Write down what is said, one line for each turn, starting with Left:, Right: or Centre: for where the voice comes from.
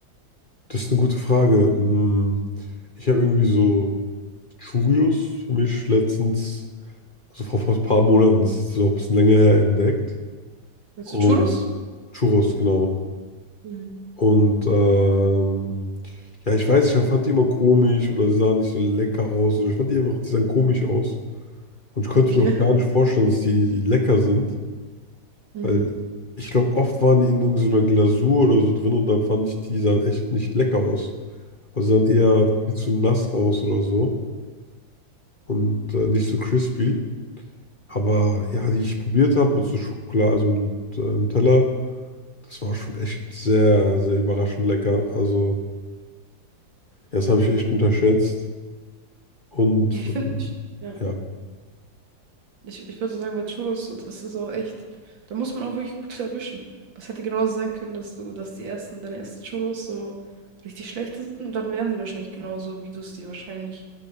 Left: das ist eine gute Frage. Hm, Ich habe irgendwie so Churios für mich letztens, also vor, vor ein paar Monaten, das ist auch ein bisschen länger her, entdeckt.
Right: Meinst
Left: Und
Right: du Churros?
Left: Churros, genau.
Right: Mhm.
Left: Und ähm, ja, ich weiß, ich fand die immer komisch oder sie sahen nicht so lecker aus oder ich fand die einfach, die sahen komisch aus. Und ich konnte
Right: Okay.
Left: mir auch gar
Right: <laughs>
Left: nicht vorstellen, dass die lecker sind,
Right: Mhm.
Left: weil ich glaube, oft waren die in irgendeiner Glasur oder so drin und dann fand ich, die sahen echt nicht lecker aus. Also sahen eher viel zu nass aus oder so. und äh, nicht so crispy. Aber ja, die ich probiert habe mit so Schokolade, also mit äh, Nutella, das war schon echt sehr, sehr überraschend lecker. Also, ja, das habe ich echt unterschätzt. Und
Right: Ja, ich finde,
Left: ähm,
Right: ja.
Left: ja,
Right: Ich, ich würde sagen, bei Cholos, so, das ist auch echt, da muss man auch wirklich gut erwischen. Es hätte genauso sein können, dass du, dass die ersten, deine ersten Cholos so richtig schlechte sind und dann wären sie wahrscheinlich genauso, wie du es dir wahrscheinlich